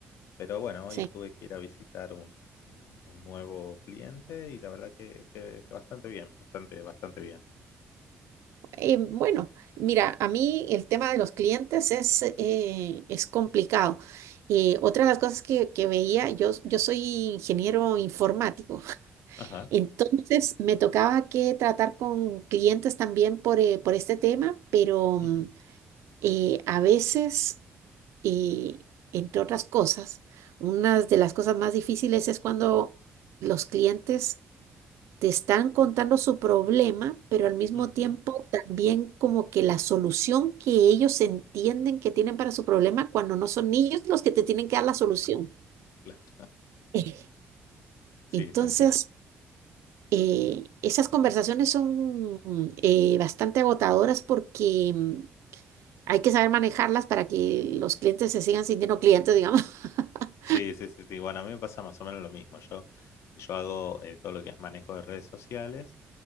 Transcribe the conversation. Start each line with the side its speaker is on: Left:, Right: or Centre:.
Left: Pero bueno,
Right: sí
Left: hoy tuve que ir a visitar un, un- un nuevo cliente y la verdad que, que- que bastante bien, bastante, bastante bien.
Right: Eh, bueno, mira, a mí el tema de los clientes es, eh, es complicado. Eh, otra de las cosas que, que veía, yo, yo soy ingeniero informático, <laughs>
Left: Ajá.
Right: entonces me tocaba que tratar con clientes también por, eh, por este tema, pero
Left: ujú,
Right: mm, eh, a veces, eh, entre otras cosas, una de las cosas más difíciles es cuando los clientes te están contando su problema, pero al mismo
Left: ujú,
Right: tiempo también como que la solución que ellos entienden que tienen para su problema cuando no son ellos los que te tienen que dar la solución.
Left: claro.
Right: <laughs> Eh,
Left: Sí,
Right: Entonces,
Left: te entiendo.
Right: eh, esas conversaciones son mm, eh, bastante agotadoras porque mm, hay que saber manejarlas para que los clientes se sigan sintiendo clientes, digamos. <laughs>
Left: Sí, sí, sí, sí. Bueno, a mí me pasa más o menos lo mismo. Yo, yo hago eh, todo lo que es manejo de redes sociales